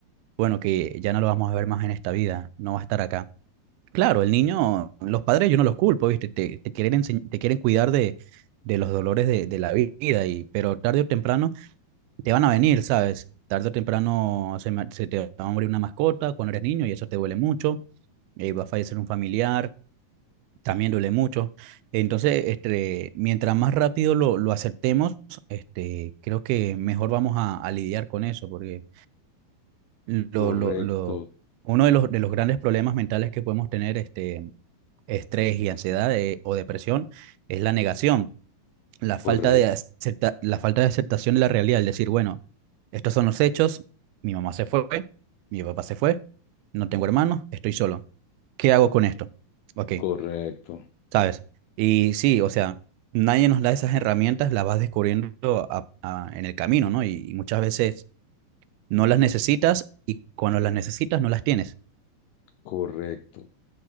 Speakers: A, on the right; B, on the left.
A: Bueno, que ya no lo vamos a ver más en esta vida, no va a estar acá. Claro, el niño, los padres yo no los culpo, ¿viste? Te, te quieren ense- te quieren cuidar de, de los dolores de, de la vida, y, pero tarde o temprano te van a venir, ¿sabes? Tarde o temprano se, ma- se te va a morir una mascota cuando eres niño y eso te duele mucho, eh, va a fallecer un familiar, también duele mucho. Entonces, este, mientras más rápido lo, lo aceptemos, este, creo que mejor vamos a, a lidiar con eso, porque lo,
B: Correcto,
A: lo, lo, uno de los, de los grandes problemas mentales que podemos tener, este estrés y ansiedad eh, o depresión es la negación, la
B: correcto,
A: falta de, acepta- la falta de aceptación de la realidad, el decir, bueno, estos son los hechos, mi mamá se fue, mi papá se fue, no tengo hermanos, estoy solo. ¿Qué hago con esto? Ok,
B: correcto,
A: ¿sabes? Y sí, o sea, nadie nos da esas herramientas, las vas descubriendo a- a- en el camino, ¿no? Y, y muchas veces no las necesitas y cuando las necesitas no las tienes.
B: correcto.